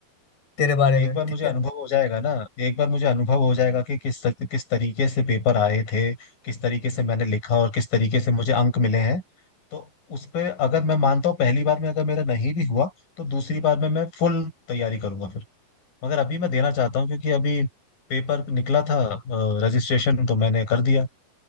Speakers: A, on the left (about 45°); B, on the left (about 65°).
A: तेरे बारे
B: एक
A: में
B: बार मुझे
A: ठीक
B: अनुभव
A: है
B: हो जाएगा ना एक बार मुझे अनुभव हो जाएगा कि किस तक- किस तरीके से पेपर आए थे किस तरीके से मैंने लिखा और किस तरीके से मुझे अंक मिले हैं तो उस पे अगर मैं मानता हूँ पहली बार में अगर मेरा नहीं भी हुआ तो दूसरी बार में मैं फुल तैयारी करूंगा फिर मगर अभी मैं देना चाहता हूँ क्योंकि अभी पेपर निकला था रजिस्ट्रेशन तो मैंने कर दिया